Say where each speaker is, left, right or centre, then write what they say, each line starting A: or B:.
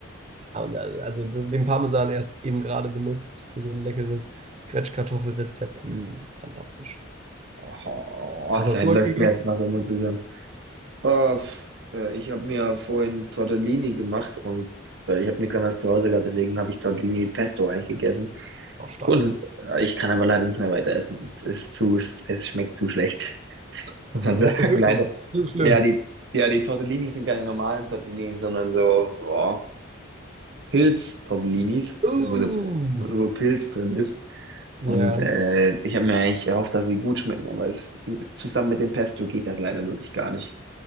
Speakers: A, on the right; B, on the right.
A: ja, und also also den Parmesan erst eben gerade benutzt für so ein leckeres Quetschkartoffelrezept. Mm, fantastisch.
B: oh,
A: Was hast
B: da läuft
A: du heute gegessen?
B: mir erst was im Mund zusammen. Oh, äh, ich habe mir vorhin Tortellini gemacht und äh, ich habe nichts anderes zu Hause gehabt, deswegen habe ich Tortellini mit Pesto eigentlich gegessen.
A: Auch stark.
B: Kunst ist, äh, ich kann aber leider nicht mehr weiter essen. Es ist zu, es, es schmeckt zu schlecht. muss man
A: Das
B: sagen,
A: ist
B: <laughs>
A: wirklich
B: leider.
A: so schlimm.
B: Ja, die, ja, die Tortellinis sind keine normalen Tortellinis, sondern so, boah, Pilz-Tortellinis,
A: Uh,
B: wo so, P- wo Pilz drin ist.
A: ja,
B: Und äh, ich habe mir eigentlich erhofft, dass sie gut schmecken, aber es zusammen mit dem Pesto geht das leider wirklich gar nicht.